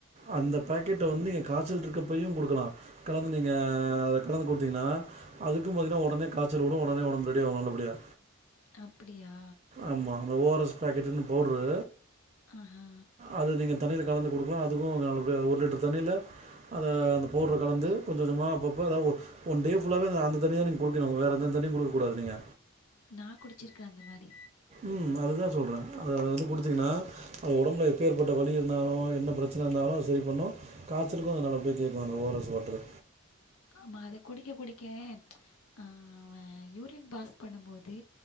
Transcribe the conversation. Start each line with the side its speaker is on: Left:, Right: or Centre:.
Right: அந்த பாக்கெட் வந்து நீங்க காய்ச்சல் இருக்கப்பையு குடுக்கலா கலந்து நீங்க அத கலந்து குடுத்தீங்னா அதுக்கும் பாத்தீங்னா ஒடனே காச்சல் வரும் ஒடனே ஒடம்பு ரெடி ஆவும் நல்லபடியா
Left: அப்டியா
Right: ஆமா அந்த ஓ ஆர் ரஎஸ் பாக்கெட்டுன் பவுட்ரு
Left: ஆஹா
Right: அது நீங்கள் தண்ணியில கலந்து கொடுக்கலாம் அதுக்கும் ஒரு லிட்டர் தண்ணியில அதை அந்த பவுட்ரை கலந்து கொஞ்சம் கொஞ்சமாக அப்பப்போ ஒன் டே புல்லாவே அந்தண்ணி தான் நீங்க குடுக்கணும் வேற எந்த தண்ணியும் குடுக்க கூடாது நீங்க
Left: நான் குடிச்சிருக்கேன் அந்த மாரி
Right: ம் அதுதான் சொல்றேன் அது வந்து கொடுத்தீங்கன்னா அது உடம்புல எப்பேர்பட்ட வழி இருந்தாலும் என்ன பிரச்சனை இருந்தாலும் சரி பண்ணும் காச்சலுக்கு நல்லபடிய கேக்குங்க அந்த ஓ ஆர் எஸ் வாட்டரு
Left: ஆமா அதை குடிக்க குடிக்க ஆ யூரின் பாஸ் பண்ணும்போது